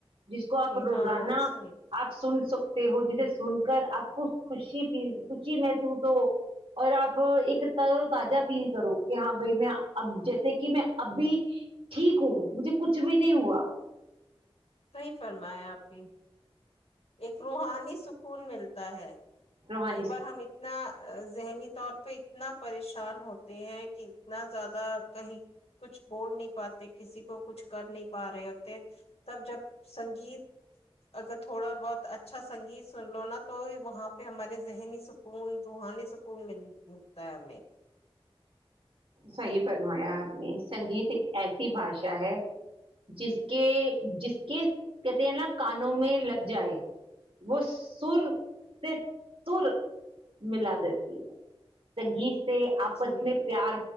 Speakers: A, on the right; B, on the left.
A: جس کو آپ روزانہ
B: ہاں صحیح
A: آپ سن سکو ہو جسے سن کر آپ کو خوشی فیل خوشی محسوس ہو اور آپ ایک تر و تازہ فیل کرو کہ ہاں بھائی میں اب جیسے کہ میں ابھی ٹھیک ہوں مجھے کچھ بھی نہیں ہوا
B: صحی فرمائیا آپ کی ایک روحانی سکون ملتا ہے
A: روحانی
B: ب بار ہم اتنا ذہنی طور پہ اتنا پریشان ہوتے ہیں کہ اتنا زیادہ کہیں کچھ بول نہیں پاتے کسی کو کچھ کر نہیں پا رہے تھ تب جب سنگیت اگت تھوڑا بہت اچھا سنگیت سن لو نا تو وہاں پہ ہمارے ذہنی سکون روحانی سکون مل مت میں <unintelligible>
A: صحیح فرمایا آپ نے سنگیت ایک ایسی بھاشا ہے جس کے جس کے کہتے ن کانوں میں لگ جائے وہ سر سے تر ملا دیتی ہے سنگیت سے آپس
B: جی
A: میں پیار